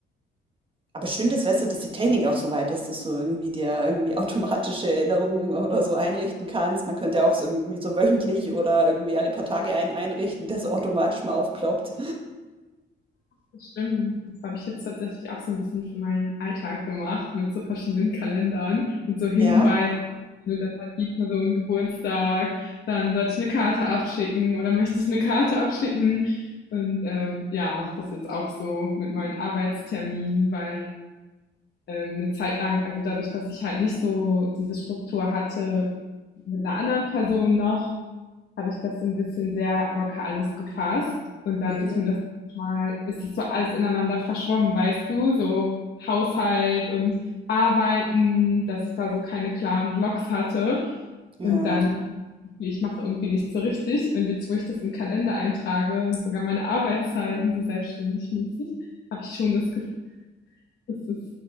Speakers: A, on the right; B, on the left.
A: aber schön,
B: ja,
A: dass, weißt du, dass die Technik auch so weit ist, dass du irgendwie dir irgendwie <laughs> automatische Erinnerungen oder so einrichten kannst. Man könnte ja auch so irgendwie so wöchentlich oder irgendwie alle paar Tage einen einrichten, der so automatisch mal aufploppt.
B: das stimmt. Das habe ich jetzt tatsächlich auch so ein bisschen für meinen Alltag gemacht, mit so verschiedenen Kalendern, mit so Hinweisen.
A: Ja.
B: Ne, Dann hat die Person Geburtstag, dann sollte ich eine Karte abschicken oder möchte ich eine Karte abschicken. Und ähm, ja, mache das jetzt auch so mit meinen Arbeitsterminen, weil ähm, eine Zeit lang, also dadurch, dass ich halt nicht so diese Struktur hatte mit einer anderen Person noch, habe ich das so ein bisschen sehr locker alles gefasst. Und dann
A: Mhm.
B: ist mir das mal, ist es so alles ineinander verschwommen, weißt du, so Haushalt und Arbeiten, dass ich da so keine klaren Blocks hatte.
A: Ja.
B: Und dann, ich mache irgendwie nichts so richtig. Und jetzt, wo ich das im Kalender eintrage und sogar meine Arbeitszeiten so selbstständig mäßig, habe ich schon das Gefühl, dass es